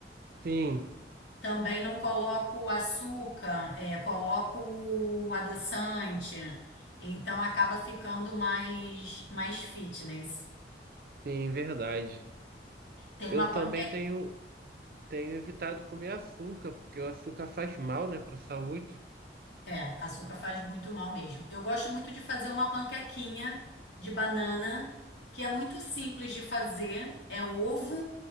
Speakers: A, on the right (about 55°); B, on the left (about 85°).
A: sim,
B: Também não coloco açúcar, é, coloco adoçante, então acaba ficando mais, mais fitness.
A: sim, verdade.
B: Tem
A: Eu
B: uma panqueca.
A: também tenho, tenho evitado comer açúcar, porque o açúcar faz mal, né, para a saúde.
B: É, açúcar faz muito mal mesmo. Eu gosto muito de fazer uma panquequinha de banana, que é muito simples de fazer. É ovo,